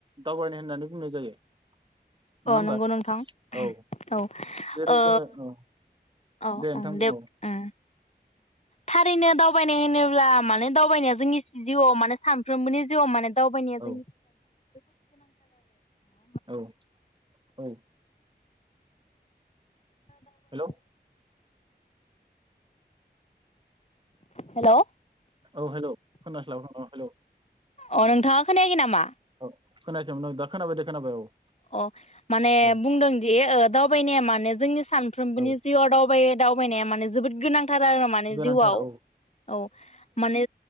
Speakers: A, on the right; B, on the left.
A: दावबाय होननानै बुंनाय जायो। नङा
B: अ
A: होमबा
B: नंगौ नोंथां उम
A: औ
B: औ ओ
A: जेरै जोङो औ
B: अ ओ
A: दे नोंथां
B: उम
A: बुं
B: उम औ था थारैनो दावबायनाय होनोब ब्ला माने दावबायनाया जोंनि जिउआव मानो सानफ्रोमबोनि जिउआव माने दावबायानाया जोंनि
A: औ
B: जोबोद गोनांथार आरो नङा
A: औ औ
B: होमबा
A: हेलौ
B: नोंथां थारैनो जोङो हेलौ
A: औ हेलौ खोनास्लाबा औ हेल
B: अ नोंथाङा खोनायाखै नामा
A: औ खोनायाखैमोन दा खोनाबाय दे खोनाबाय औ
B: अ माने
A: औ
B: बुंदोंदि ओ दावबायनाया मानो जोंनि सानफ्रोमबोनि
A: औ
B: जिउआव दावबाय दावबायनाया मानो जोबोद गोनां थार आरो माने
A: गोनांथार
B: जिउआव
A: औ
B: औ माने